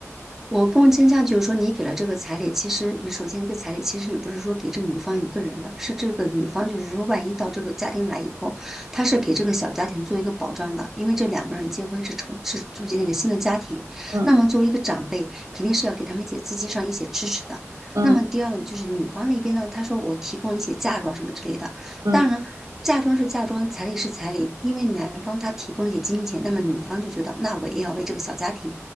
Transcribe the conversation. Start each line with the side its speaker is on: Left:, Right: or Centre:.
Centre: 我更倾向就是说，你给了这个彩礼，其实你首先这个彩礼，其实你不是说给这个女方一个人的，是这个女方就是说，万一到这个家庭来以后，她是给这个小家庭做一个保障的，因为这两个人结婚是重是组建了一个新的家庭，
Right: 嗯
Centre: 那么作为一个长辈，肯定是要给他们一些资金上一些支持的。
Right: 嗯
Centre: 那么第二个就是女方那边呢，她说我提供一些嫁妆什么之类的，
Right: 嗯。
Centre: 当然。嫁妆是嫁妆，彩礼是彩礼，因为男方他提供了一些金钱，那么女方就觉得，那我也要为这个小家庭